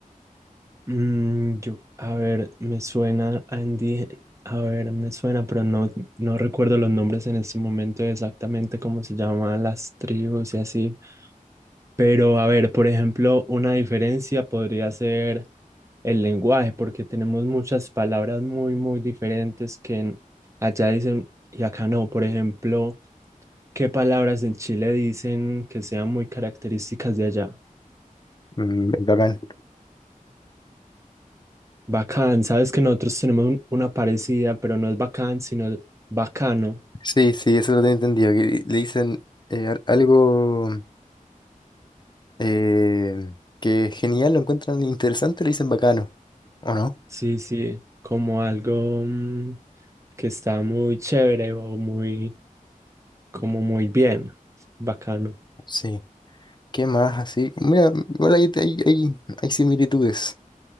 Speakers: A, on the right (about 20°); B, on the left (about 30°).
A: Mm, yo, a ver, me suena Andy, a ver, me suena, pero no, no recuerdo los nombres en este momento exactamente cómo se llaman las tribus y así. Pero a ver, por ejemplo, una diferencia podría ser el lenguaje, porque tenemos muchas palabras muy, muy diferentes que en- allá dicen y acá no. Por ejemplo, ¿qué palabras en Chile dicen que sean muy características de allá?
B: Mm, el bacán.
A: Bacán, sabes que nosotros tenemos un- una parecida, pero no es bacán, sino bacano.
B: Sí, sí, eso lo tengo entendido. Que le le dicen eh, al- algo eh, que es genial, lo encuentran interesante, le dicen bacano. ¿O no?
A: Sí, sí, como algo mm, que está muy chévere o muy, como muy bien, bacano.
B: Sí. ¿Qué más así? Mira, igual hay, hay, hay- hay similitudes.